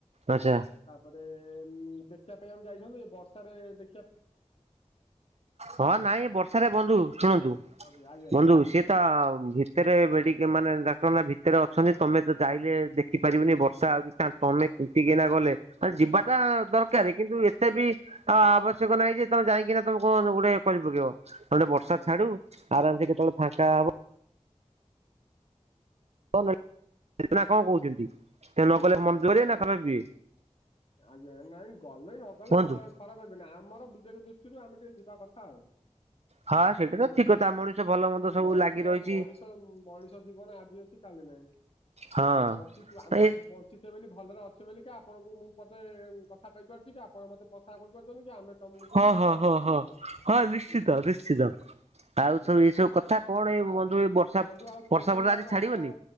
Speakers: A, on the right (about 60°); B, on the left (about 50°).
A: ଆଚ୍ଛା।
B: ତାପରେ ମୁଁ ଦେଖିବା ପାଇଁ ଆମେ ଯାଇଥାନ୍ତୁ ଏ ବର୍ଷାରେ ଦେ
A: ହଁ ନାଇଁ ବର୍ଷାରେ ବନ୍ଧୁ ଶୁଣନ୍ତୁ,
B: ଆଜ୍ଞା ଆଜ୍ଞା
A: ବନ୍ଧୁ ସିଏ ତ ଭିତରେ ଏବେ ଟିକେ ମାନେ ଡାକନ୍ତା ଭିତରେ ଅଛନ୍ତି ତମେ ତ ଯାଇଲେ ଦେଖିପାରିବନି ବର୍ଷା ହଉଛି ତା ତମେ ତିନ୍ତିକିନା ଗଲେ ଆଁ ଯିବାଟା ଦରକାର କିନ୍ତୁ ଏତେ ବି ଅ ଆବ ଶ୍ୟକ ନାଇଁ ଯେ ତମେ ଯାଇଁକିନା ତମ କଣ ତ ଗୋଟେ କରି ପକେଇିବ, ନହଲେ ବର୍ଷା
B: ଆଜ୍ଞା
A: ଛାଡୁ ଆରାମସେ କେତେବେଳେ ଫାଙ୍କା ହବ। <unintelligible> ନା କଣ କହୁଛନ୍ତି? ସେ ନଗଲେ ମନ
B: ଆଜ୍ଞା
A: ଜୋରିବେ
B: ଏ
A: ନା
B: ବର୍ଷେ,
A: ଖରାପ ଭାବିବେ
B: ଆଜ୍ଞା ଏ ନାଇଁ ଗଲେ ନଗଲେ
A: କୁହନ୍ତୁ
B: ଖରା ଖରାପ ଭାବିବେନି ଆମର ବିବେକ ଦୃଷ୍ଟିରୁ ଆମେ ଟିକେ ଯିବା କଥା ଆଉ।
A: ହଁ ସେଇଟା
B: ବୁଝିଲେ,
A: ତ ଠିକ କଥା ମଣିଷ ଭଲ ମନ୍ଦ ସବୁ
B: ମଣିଷ,
A: ଲାଗି ରହିଛି
B: ମଣିଷ, ମଣି ଷ ଜୀବନ ଆଜି ଅଛି କାଲି ନାହିଁ,
A: ହଁ
B: ବଞ୍ଚିଛୁ ଆମେ
A: ଏ
B: ବଞ୍ଚିଛେ ବୋଲି ଭଲରେ ଅଛେ ବୋଲି କା ଆପଣଙ୍କୁ ମୁଁ ପଦେ ଉଁ କଥା କହିପାରୁଛି କି ଆପଣ ମୋତେ କଥା କହିପାରୁଛନ୍ତି କି ଆମେ ତମକୁ ଚିହ୍ନିଛୁ
A: ହଁ ହଁ
B: ତମେ
A: ହଁ
B: ଆମକୁ
A: ହଁ
B: ଚିହ୍ନିଛ,
A: ହଁ ନିଶ୍ଚିତ
B: ବୁଝିପାଇଲ୍।
A: ନିଶ୍ଚିତ। ଆଉ
B: ଆଜ୍ଞା,
A: ସବୁ ଏଇ ସବୁ କଥା କଣ ଏଇ
B: ଆଉ
A: ବନ୍ଧୁ ଏଇ ବର୍ଷା
B: ବନ୍ଧୁ ଆଉ
A: ବର୍ଷା
B: କହୁଥିଲେ
A: ଫର୍ଷା ଆଜି
B: ଆଉ
A: ଛାଡିବନି?
B: ଆପଣ